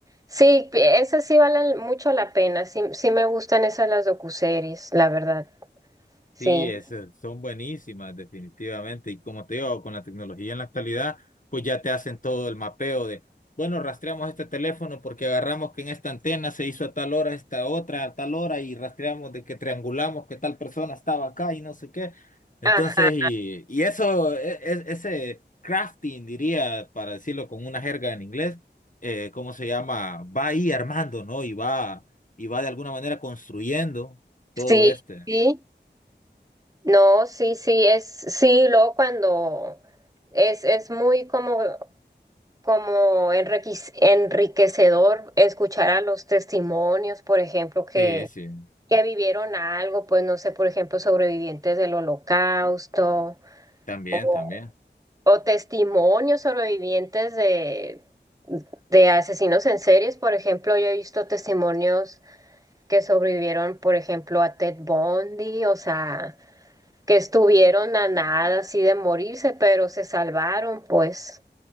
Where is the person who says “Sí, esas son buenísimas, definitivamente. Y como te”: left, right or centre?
Left